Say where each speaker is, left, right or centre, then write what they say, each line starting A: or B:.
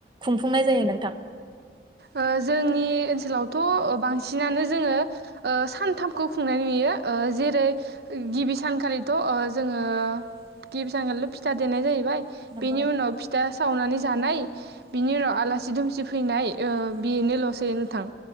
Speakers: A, on the right (about 25°); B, on the right (about 65°).
A: खुंफुंनाय जायो नोंथां?
B: ओ जोंनि ओनसोलावथ' बांसिनानो जोङो ओ सानथामखौ खुंनाय नुयो ओ जेरै गिबि सानखालिथ' ओ जोङो गिबि सानखालिथ' फिथा देनाय जाहैबाय। बेनि
A: नंगौ
B: उनाव फिथा सावनानै जानाय बिनि उनाव आलासि दुमसि फैनाय ओ बेनोल'सै नोंथां।